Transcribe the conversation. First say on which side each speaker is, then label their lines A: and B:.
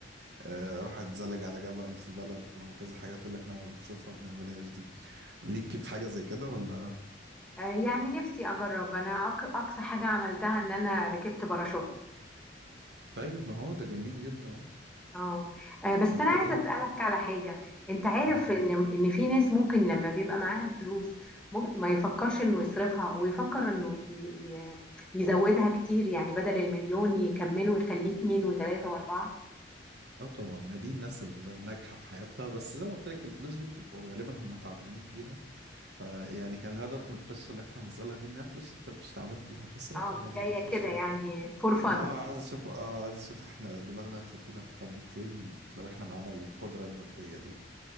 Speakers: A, on the right (about 65°); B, in the centre.
A: أه أروح أتزلج على جبل في بلد وهكذا حاجات اللي إحنا بنشوفها ما بنعملهاش دي ليك في حاجة زي كده ولا
B: آه يعني نفسي اجرب انا أق- اقصى حاجة عملتها ان انا ركبت باراشوت
A: طيب ما هو ده جميل جدا أهو
B: اه آه، بس
A: ابتدينا
B: انا عايزه اسالك على حاجه انت عارف
A: مم.
B: ان ان في ناس ممكن لما بيبقى معاها الفلوس ممكن ما يفكرش انه يصرفها ويفكر انه ي... ي... يزودها كتير يعني بدل المليون يكمله ويخليه اتنين وتلاته واربعه
A: اه طبعا ما دي الناس الناجحة في حياتها بس زي ما قلت لك الفلوس دي بتبقى غالبا هم تعبانين فيها فيعني كان الهدف من القصة اللي احنا بنسألها دي انها فلوس انت مش تعبان فيها فاصرفها
B: اه
A: عادي
B: جايه
A: مفيش مشكلة
B: كده يعني فور فن
A: اه عايز اشوف اه عايز اشوف احنا دماغنا هتودينا لحد فين لو احنا معانا القدرة المادية دي